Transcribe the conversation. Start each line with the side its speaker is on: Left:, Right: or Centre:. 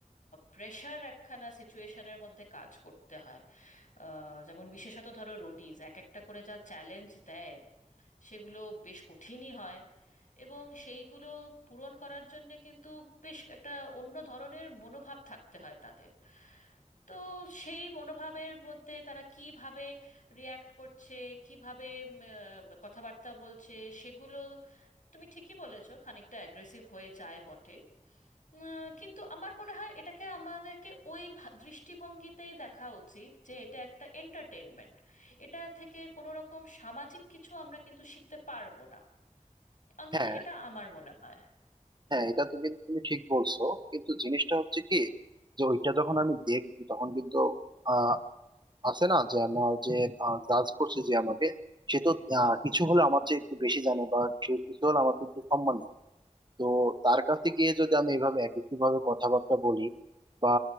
Left: প্রেশার একখানা সিচুয়েশনের মধ্যে কাজ করতে হয় আহ, যেমন বিশেষত ধরো রোডিজ এক একটা করে যা চ্যালেঞ্জ দেয় সেগুলো বেশ কঠিনই হয় এবং সেইগুলো পূরণ করার জন্যে কিন্তু বেশ একটা অন্য ধরনের মনোভাব থাকতে হয় তাদের তো সেই মনোভাবের মধ্যে তারা কিভাবে রিয়াক্ট করছে কিভাবে উম, আহ, কথাবার্তা বলছে সেগুলো তুমি ঠিকই বলেছো খানিকটা অ্যাগ্রেসিভ হয়ে যায় বটে উম, কিন্তু আমার মনে হয় এটাকে আমাদেরকে ওই ভা- দৃষ্টিভঙ্গিতেই দেখা উচিত যে এটা একটা এন্টারটেনমেন্ট এটা থেকে কোনো রকম সামাজিক কিছু আমরা কিন্তু শিখতে পারবো না অন্তত
Right: হ্যাঁ
Left: এটা আমার মনে হয়
Right: হ্যাঁ এটা তো কিন্তু তুমি ঠিক বলছো কিন্তু জিনিসটা হচ্ছে কি যে ওইটা যখন আমি দেখবো তখন কিন্তু আহ আছে না যে আমার যে জাজ করছে যে আমাকে সে তো আহ, কিছু হলে আমার চেয়ে একটু বেশি জানে বা সে কিছু হলে আমার থেকে একটু সম্মান তো তার কাছে গিয়ে যদি আমি এইভাবে একই ভাবে কথাবার্তা বলি বা